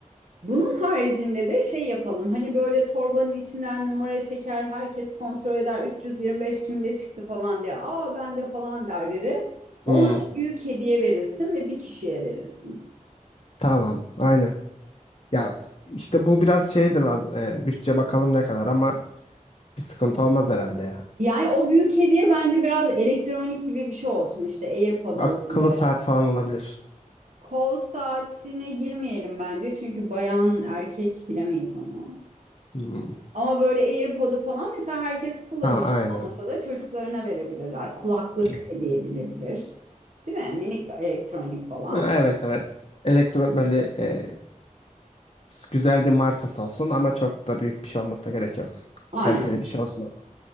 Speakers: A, on the right (about 60°); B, on the left (about 45°).
A: Bunun haricinde de şey yapalım. Hani böyle torbanın içinden numara çeker, herkes kontrol eder. 325 kimde çıktı falan diye. Aa bende falan der biri. Ona
B: Hmm,
A: da büyük hediye verilsin ve bir kişiye verilsin.
B: tamam. Aynen. Ya işte bu biraz şeydir e, bütçe bakalım ne kadar ama bir sıkıntı olmaz herhalde ya.
A: Yani o büyük hediye bence biraz elektronik gibi bir şey olsun. İşte AirPod
B: Akıllı
A: olabilir.
B: saat falan olabilir.
A: Kol saatine girmeyelim bence. Çünkü bayan erkek bilemeyiz onu.
B: Hmm.
A: Ama böyle AirPod'u falan mesela herkes kullanır.
B: Ha aynen.
A: Olmasa da çocuklarına verebilirler. Kulaklık
B: E,
A: hediye edilebilir. Değil mi? Minik elektronik falan.
B: Evet evet. Elektro böyle e, güzel bir markası olsun ama çok da büyük bir şey olmasına gerek yok.
A: Aynen,
B: Kaliteli bir şey olsun ama.